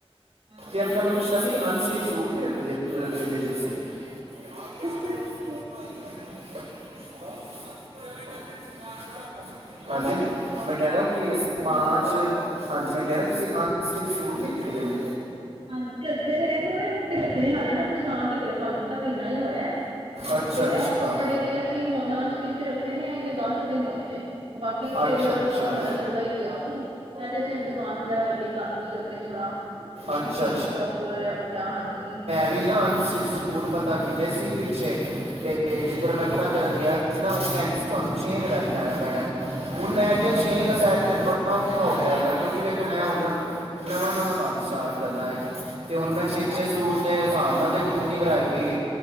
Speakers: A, on the right (about 65°); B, on the right (about 85°).
A: ਇਹ ਵੀ
B: ਤੇ
A: ਗੱਲ
B: ਅਪਨਾ
A: ਸਹੀ
B: ਮੈਂ ਪੁੱਛਨਾ
A: ਗੱਲ
B: ਸੀ ਅਨਸਟਿਚ ਸੂਟ ਵੀ ਰੱਖਦੇ ਓ? ਰੱਖੇ ਦੇ ਜੂਸੀ <unintelligible>
A: ਹੈ
B: <unintelligible> ਹਾਂਜੀ, ਮੈਂ ਕੈ ਰਾ ਹੂੰ ਕਿ ਜੈਸੇ ਪਾਂਚ,
A: ਹੈਲੋ
B: ਹਾਂਜੀ ਮੈਂ ਕੈ ਰੇਆ, ਤੂਸੀ ਅਨਸਟਿਚ ਸੂਟ ਵੀ ਰੱਖੇ ਦੇ ਨੇ?
A: ਹਾਂਜੀ ਰੱਖੇ ਦੇ ਨੇ ਥੋੜੇ ਬਹੁਤ ਹੀ ਰੱਖੇ ਨੇ ਹਾਲੇ ਨਾ ਅਸੀਂ ਸਟਾਂ ਟਿਕਕੇ ਦਾ ਤੁਹਾਨੂੰ ਪਤਾ ਮ ਨਾ ਹੀ ਹੋਇਆ
B: ਅੱਛਾ
A: ਤੇ
B: ਅੱਛਾ
A: ਓ ਕੱਪੜੇ ਵੀ ਅਸੀ ਹੁਨ ਅਨ ਸਟਿਚ ਰੱਖੇ ਨੇ, ਅਈਓ ਦਾੱਸ ਦਿਨ ਹੋਏ ਨੇ। ਬਾਕੀ
B: ਅੱਛਾ
A: ਟੇਲਰ
B: ਅੱਛਾ
A: ਦਾ ਸਾਡਾ ਚੱਲਦਾ ਈ ਪੇਆ ਸੀ। ਐ ਤੇ ਅਸੀ ਹੁਨ ਦੂਕਾਨ ਵਗੈਰਾ ਵੱਡੀ ਕਾਰ ਲੀ ਏ ਅਪਨੀ ਥੋੜਾ।
B: ਅੱਛਾ
A: ਬੁਟੀਕ ਥੋੜਾ ਖੋਲੈ ਬੰਦਾ, ਹਾਂਜੀ।
B: ਸੂਟ ਪਤਾ ਕੀਤੇ ਸੀ। ਪਿੱਛੇ ਤੇ ਤੇ ਜਿੱਦਰ ਮੈਂ ਅਪਨਾ ਕਰਨ ਗੇਆ ਸੀ ਨਾ, ਓ ਕੈਂਦੇ ਸੀ ਤੂਆਨੂੰ ਛੇਂ ਲੜੇ ਚ ਲੈਣਾ ਪੈਣੈ। ਹੁਨ ਮੈਂ ਕੇਆ ਛੇਂ ਦਾ ਸੈਟ ਤੇ ਬੜਾ ਔਖਾ ਹੋ ਜਾਏਗਾ ਕਿਉਂਕਿ ਵੇਖੋ ਮੈਂ ਹੁਨ ਨਵਾਂ-ਨਵਾਂ ਕਾੰਮ ਸਟਾਰਟ ਕਰਨਾ ਏ। ਤੇ ਹੁਨ ਮੈਂ ਛੇ-ਛੇ ਸੂਟ ਦੇ ਹਸਾਬ ਨਾਲ ਦੇਖੋ ਕਿੰਨੀ ਵਰਾਇਟੀ ਏ।